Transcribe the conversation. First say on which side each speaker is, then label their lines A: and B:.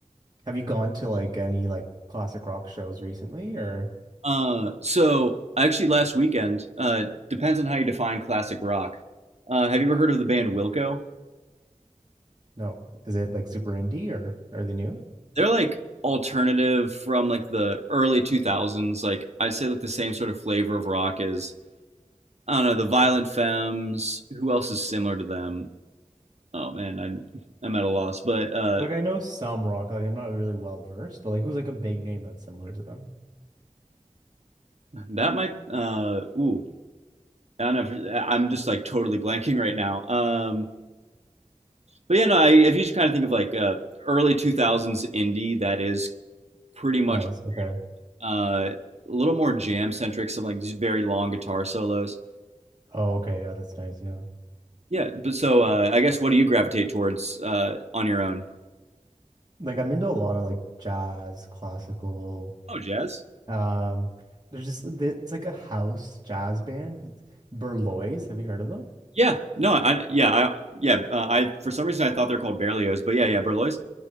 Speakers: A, on the right; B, on the right.
A: Have you gone to like any like classic rock shows recently, or
B: Uh, so actually last weekend, uh, depends on how you define classic rock. Uh, have you ever heard of the band Wilco?
A: no? Is it like super indie, or are they new?
B: They're like alternative from like the early 2000s. Like I'd say like the same sort of flavor of rock as I don't know the Violent Femmes. Who else is similar to them? Oh man, I I'm at a loss. But uh,
A: Like I know some rock. Like I'm not really well versed, but like who's like a big name that's similar to them?
B: that might uh, ooh I don't know. I'm just like totally blanking right now. Um, but yeah, no. I, if you just kind of think of like uh, early 2000s indie, that is pretty much
A: Nice. Okay.
B: uh, a little more jam centric. Some like these very long guitar solos.
A: Oh, okay. Yeah, that's nice. Yeah.
B: Yeah, but so uh, I guess what do you gravitate towards uh, on your own?
A: Like I'm into a lot of like jazz, classical,
B: Oh, jazz.
A: Um, there's just it's like a house jazz band. It's Berlois. Have you heard of them?
B: Yeah, no, I yeah, I yeah, uh, I for some reason I thought they're called Berlioz, but yeah, yeah, Berlioz.